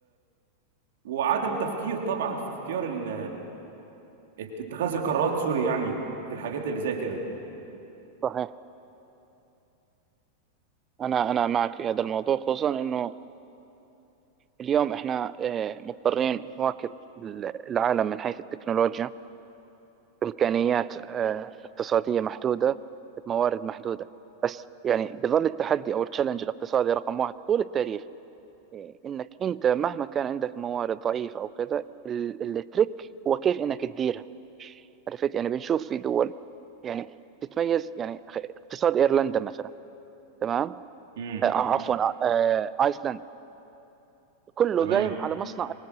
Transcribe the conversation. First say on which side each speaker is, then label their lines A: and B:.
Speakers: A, on the right; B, on the right.
A: وعدم تفكير طبعا في اختيار ال... ات- اتخاذ القرارات سوري يعني في الحاجات اللي زي كده
B: صحيح أنا أنا معك في هذا الموضوع خصوصا إنه اليوم إحنا آه، مضطرين نواكب العالم من حيث التكنولوجيا إمكانيات آه، اقتصادية محدودة بموارد محدودة بس يعني بظل التحدي أو التشالنج الاقتصادي رقم واحد طول التاريخ إيه، إنك أنت مهما كان عندك موارد ضعيفة أو كذا ال- التريك هو كيف إنك تديرها عرفت يعني بنشوف في دول يعني تتميز يعني خ- اقتصاد ايرلندا مثلا تمام
A: امم
B: آه، عفوا آه، ايسلندا كله
A: تمام
B: قايم على مصنع